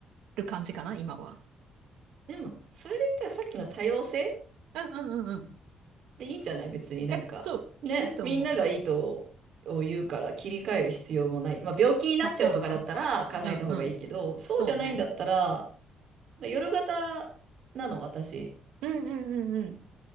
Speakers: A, on the right; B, on the right.
A: る感じかな、今は。
B: ー。でも、それで言ったらさっきの多様性
A: うんうんうんうん。
B: でいいんじゃない別になんか。
A: え、そう、
B: ね、
A: いいいと思う。
B: みんながいいとを言うから切り替える必要もない。まあ、病気になっちゃうとかだったら考えた方がいいけど、
A: まあそうね。うんうん。
B: そうじゃないんだったら、
A: そうね。
B: なんか夜型なの、私。
A: うんうんうんうん。